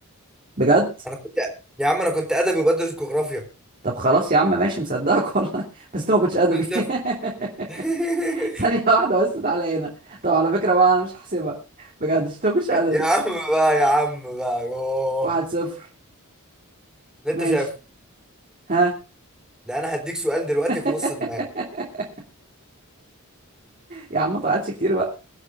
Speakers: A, on the right; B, in the centre.
A: بجد
B: انا كنت يا عم انا كنت ادبي وبدرس جغرافيا
A: طب خلاص يا عم ماشي مصدقك والله <laughs> بس انت ما كنتش ادبي
B: 2 0
A: <laughs>
B: <laughs>
A: ثانية واحدة بس تعالى هنا طب على فكرة بقى أنا مش هحسبها بجد عشان أنت ما كنتش أدبي
B: يا عم بقى يا عم بقى يوه
A: واحد صفر
B: اللي انت
A: ماشي
B: شايفه
A: ها
B: ده انا هديك سؤال دلوقتي
A: <laughs>
B: في نص دماغك
A: يا عم ما طلعتش كتير بقى